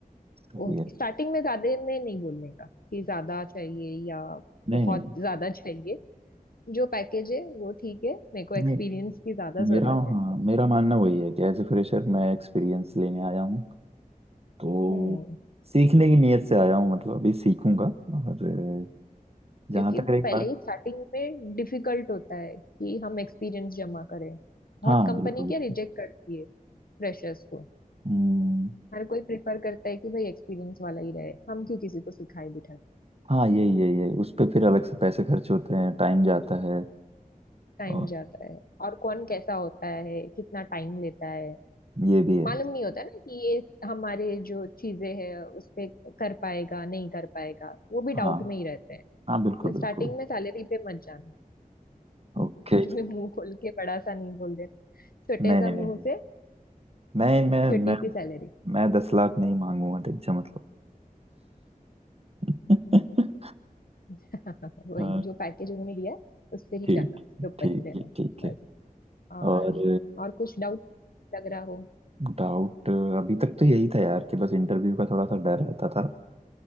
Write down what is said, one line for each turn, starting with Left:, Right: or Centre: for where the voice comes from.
Right: सही
Left: वो
Right: है
Left: स्टार्टिंग में ज्यादा में नहीं बोलने का कि ज्यादा चाहिए या
Right: नहीं
Left: बहुत
Right: नहीं
Left: ज्यादा चाहिए जो पैकेज है वो ठीक है मेरे को एक्सपीरियंस
Right: नहीं
Left: की ज्यादा
Right: मेरा
Left: जरूरत है
Right: हाँ मेरा मानना वही है कि एज ए फ्रेशर मैं एक्सपीरियंस लेने आया हूँ तो
Left: हम्म
Right: सीखने की नीयत से आया हूँ मतलब अभी सीखूंगा और जहाँ
Left: क्योंकि
Right: तक रही
Left: पहले
Right: बात
Left: ही स्टार्टिंग में डिफिकल्ट होता है कि हम एक्सपीरियंस जमा करें बहुत
Right: हाँ
Left: कंपनी
Right: बिल्कुल बिल्कुल
Left: क्या रिजेक्ट करती है फ्रेशर्स को
Right: हम्म,
Left: हर कोई प्रेफर करता है कि भाई एक्सपीरियंस वाला ही रहे हम क्यों किसी को सिखाए बिठा
Right: हाँ यही यही है उस पर फिर अलग से पैसे खर्च होते हैं टाइम जाता है
Left: टाइम
Right: और
Left: जाता है और कौन कैसा होता है कितना टाइम लेता है
Right: ये भी है
Left: मालूम नहीं होता ना कि ये हमारे जो चीजें हैं उस पे कर पाएगा नहीं कर पाएगा वो भी
Right: हाँ
Left: डाउट में ही रहते हैं
Right: हाँ
Left: तो
Right: बिल्कुल बिल्कुल
Left: स्टार्टिंग में सैलरी पे मत जाना
Right: ओके
Left: कुछ भी मुंह खोल के बड़ा सा नहीं बोल देना छोटे
Right: नहीं
Left: सा
Right: नहीं
Left: मुंह
Right: नहीं
Left: से
Right: मैं मैं
Left: छोटी
Right: मैं
Left: सी सैलरी
Right: मैं दस लाख नहीं मांगूंगा टेंशन मतलब <laughs>
Left: <laughs> वही
Right: अ,
Left: जो पैकेज उन्होंने दिया है उस पे ही
Right: ठीक
Left: जाना उसके ऊपर
Right: ठीक
Left: ही रहना
Right: है ठीक है
Left: बस और
Right: और
Left: और कुछ डाउट लग रहा हो
Right: डाउट अभी तक तो यही था यार कि बस इंटरव्यू का थोड़ा सा डर रहता था